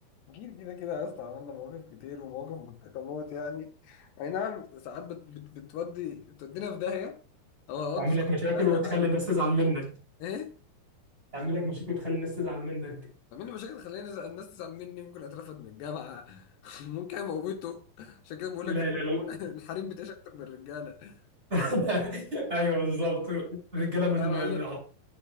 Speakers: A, on the left; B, on the right.
A: أكيد كده كده يا اسطى عملنا مواقف كتير ومواقف متحكمات يعني أي نعم ساعات بت بت بتودي بتودينا في داهية أو هودي
B: تعمل
A: صاحبي
B: لك مشاكل
A: في داهية
B: وتخلي
A: عادي
B: الناس
A: بس
B: تزعل منك
A: إيه؟
B: تعمل لك مشاكل وتخلي الناس تزعل منك
A: عامل لي مشاكل خليني نزل... الناس تزعل مني ممكن أترفد من الجامعة <laughs> ممكن أموته عشان كده بقول
B: لا
A: لك
B: لا لا
A: <laughs> الحريم بتعيش أكتر من الرجالة
B: <laughs> ايوه بالظبط رجاله من
A: لا يا معلم
B: من عط-